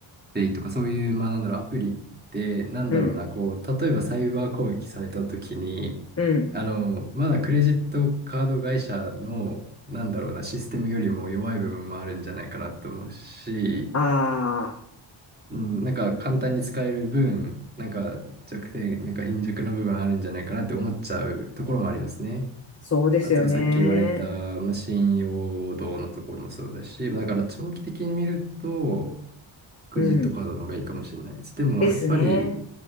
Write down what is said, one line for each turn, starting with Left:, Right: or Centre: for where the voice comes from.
Right: ペイとかそういう、まあ、なんだろう、アプリって、なんだろうな、
Left: うん。
Right: こう、例えばサイバー攻撃された時に、
Left: うん。
Right: あの、まだクレジットカード会社の、なんだろうな、システムよりも弱い部分もあるんじゃないかなと思うし、
Left: ああ、
Right: うん、なんか簡単に使える分、なんか弱点、なんか貧弱な部分あるんじゃないかなって思っちゃうところもありますね。
Left: そうですよね。
Right: あとさっき言われた、まあ、信用度のところもそうだし、まあだから長期的に見ると、クレジットカードの方がいいかもしれないです。
Left: うん。
Right: でもやっぱり
Left: ですね。